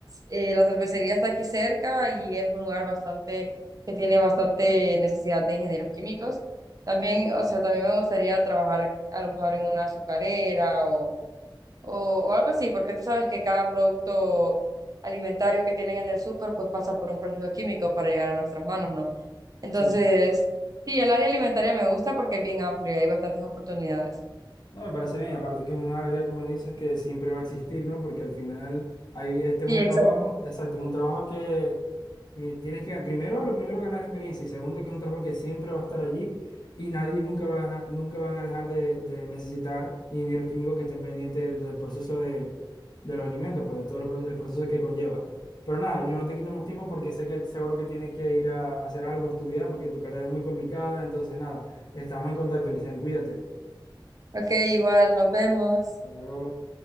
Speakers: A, on the right; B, on the left.
A: eh, la cervecería está aquí cerca y es un lugar bastante, que tiene bastante necesidad de ingenieros químicos. También, o sea, también me gustaría trabajar a lo mejor en una azucarera o, o, o algo así, porque tú sabes que cada producto alimentario que tienen en el súper, pues pasa por un proceso químico para llegar a nuestras manos, ¿no? Entonces,
B: Sí.
A: sí, el área alimentaria me gusta porque es bien amplio y hay bastantes oportunidades.
B: No, me parece bien, aparte que es un área, como dices, que siempre va a existir, ¿no? Porque al final hay, este es
A: Sí,
B: un
A: exacto.
B: trabajo, exacto, es un trabajo que mi- tienes que, primero, lo primero, ganar experiencia y segundo, que es un trabajo que siempre va a estar allí y nadie, nunca va, a- nunca van a dejar de, de necesitar ingenieros químicos que estén pendientes del, del proceso de, de los alimentos, pues de todo lo pro- el proceso que conlleva. Pero nada, yo no te quito más tiempo porque sé que seguro que tienes que ir a, a hacer algo, a estudiar, porque tu carrera es muy complicada, entonces nada, estamos en contacto, Lisan, cuídate.
A: Ok, igual, nos vemos.
B: Hasta luego.